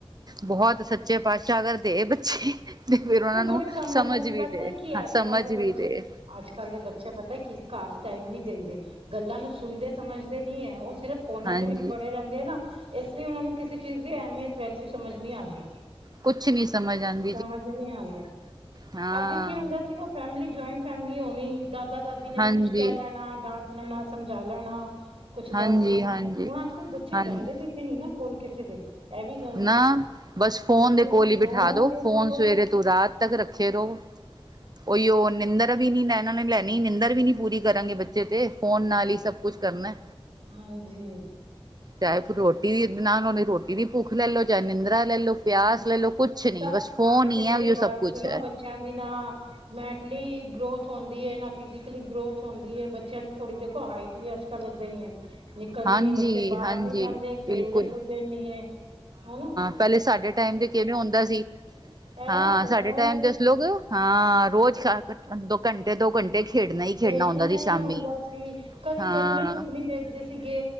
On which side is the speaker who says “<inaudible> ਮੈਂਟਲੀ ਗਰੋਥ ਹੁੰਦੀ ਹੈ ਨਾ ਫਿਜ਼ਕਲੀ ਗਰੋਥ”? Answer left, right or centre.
Right